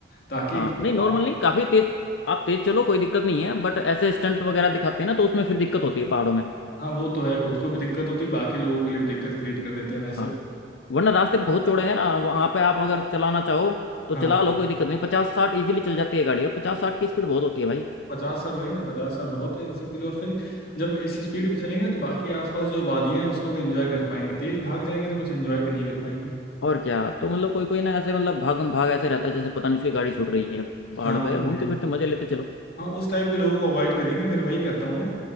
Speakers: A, on the left; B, on the left.
A: ताकि
B: हाँ
A: एकदम
B: नहीं
A: से बाकी
B: नॉर्मल नहीं काफी तेज आप तेज चलो कोई दिक्कत नहीं है बट ऐसे स्टंट वगैरह दिखाते हैं ना तो उसमें फिर दिक्कत होती है पहाड़ों में
A: हाँ वो तो है खुद को भी दिक्कत होती है बाकी लोगों के लिए भी दिक्कत क्रिएट कर देते हैं वैसे
B: हाँ वरना रास्ते बहुत चौड़े हैं ना वहां पे आप अगर चलाना चाहो तो
A: हाँ
B: चला लो कोई दिक्कत नहीं पचास साठ इजीली चल जाती है गाड़ी और पचास साठ की स्पीड बहुत होती है भाई
A: पचास साठ वही ना पचास साठ बहुत है इन सब के लिए और फिर जब इस स्पीड पे चलेंगे तो बाकी आसपास जो वादियां हैं उसको भी एंजॉय कर पाएंगे तेज भाग जाएंगे तो कुछ एंजॉय भी नहीं कर पाएंगे
B: और क्या तो मतलब कोई कोई ना ऐसे मतलब भागम भाग ऐसे रहता है जैसे पता नहीं उसकी गाड़ी छूट रही है पहाड़
A: हाँ
B: पे
A: हाँ
B: घूमते
A: वही
B: फिरते मजे लेते चलो
A: हाँ उस टाइप के लोगों को अवॉइड करेंगे फिर वही करता हूँ मैं